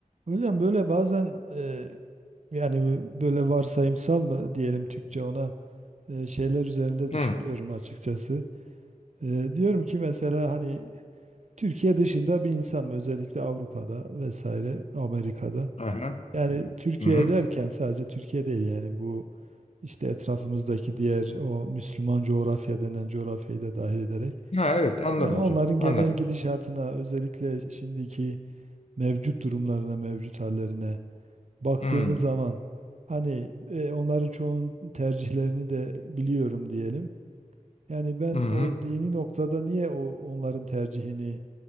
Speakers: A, on the right; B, on the left.
A: Hocam böyle bazen e, yani böyle varsayımsal mı diyelim Türkçe ona e, şeyler üzerinde
B: Hı.
A: düşünüyorum açıkçası. E, diyorum ki mesela hani Türkiye dışında bir insanım özellikle Avrupa'da vesaire Amerika'da.
B: Aha.
A: Yani Türkiye
B: Hı hı.
A: derken sadece Türkiye değil yani bu işte etrafımızdaki diğer o Müslüman coğrafya denen coğrafyayı da dahil ederek.
B: Ha evet anladım
A: Yani onların
B: hocam. Anladım.
A: genel gidişatına özellikle şimdiki mevcut durumlarına, mevcut hallerine baktığımız
B: Hı.
A: zaman hani e, onların çoğunun tercihlerini de biliyorum diyelim. Yani ben
B: Hı hı.
A: o dini noktada niye o onların tercihini